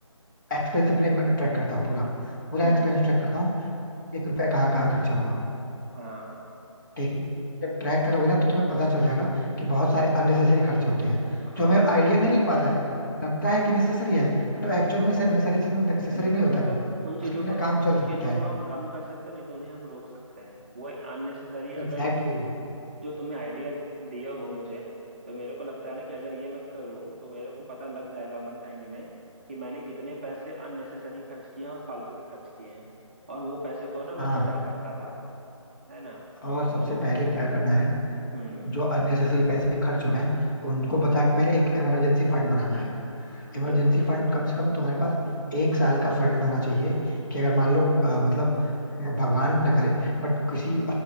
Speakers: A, on the left; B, on the right.
A: एक्सपेंस अपने ट्रैक करता हूँ पूरा पूरा
B: हम्म
A: एक्सपेंस ट्रैक करता हूँ एक रुपया कहाँ कहाँ खर्चा हुआ
B: हाँ
A: ठीक है जब ट्रैक करोगे ना तो तुम्हें पता चल जाएगा कि बहुत सारे अननेसेसरी खर्चे होते हैं
B: हाँ
A: जो हमें आइडिया नहीं लग पाता है लगता है कि नेसेसरी है बट वो एक्चुअल में नेसेसरी नेसेसरी
B: बिल्कुल
A: नहीं होता
B: मतलब
A: वो
B: उन चीजों
A: उसके बिना
B: को हम
A: काम चल
B: उन
A: सकता
B: चीजों को
A: है
B: हम कम कर सकते हैं, नहीं तो उन्हें हम रोक सकते हैं वो अननेसेसरी
A: Exactly
B: अगर जिस
A: exactly.
B: जो तुमने आइडिया दिए हो मुझे तो मेरे को लगता है ना कि अगर ये मैं करूँ तो मेरे को पता लग जाएगा मंथ एंड में कि मैंने कितने पैसे अननेसेसरी खर्च किए हैं और फालतू के खर्च किए हैं और वो पैसे को ना मैं
A: हाँ
B: बचा सकता था है ना
A: और सबसे
B: तो
A: पहले क्या करना है
B: हम्म
A: जो अननेसेसरी पैसे खर्च हो रहे हैं उनको बचा के पहले एक इमरजेंसी फंड बनाना है इमरजेंसी
B: बिल्कुल
A: फंड कम से कम तुम्हारे पास एक साल का फंड होना चाहिए कि अगर मान लो अ, मतलब भगवान ना करे बट किसी